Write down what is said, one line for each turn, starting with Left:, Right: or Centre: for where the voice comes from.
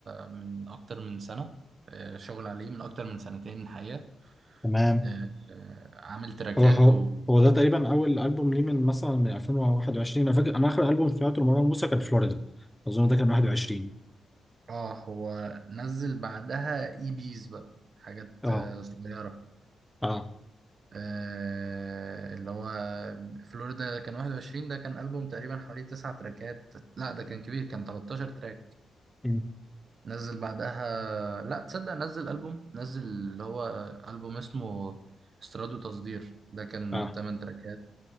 Right: من أكتر من سنة آه، شغل عليه من أكتر من سنتين الحقيقة
Centre: تمام
Right: آه، آه، عامل تراكات
Centre: هو هو
Right: و
Centre: هو ده تقريبا أول ألبوم ليه من مثلا من 2021 أنا فاكر أنا آخر ألبوم سمعته لمروان موسى كان فلوريدا أظن ده كان 21
Right: آه هو نزل بعدها إي بيز بقى حاجات
Centre: اه
Right: آه، صغيرة
Centre: اه
Right: آه، اللي هو فلوريدا كان 21 ده كان ألبوم تقريبا حوالي تسع تراكات لا ده كان كبير كان 13 تراك
Centre: مم.
Right: نزل بعدها لا تصدق نزل ألبوم نزل اللي هو ألبوم اسمه استيراد وتصدير ده كان
Centre: اه
Right: 8 تراكات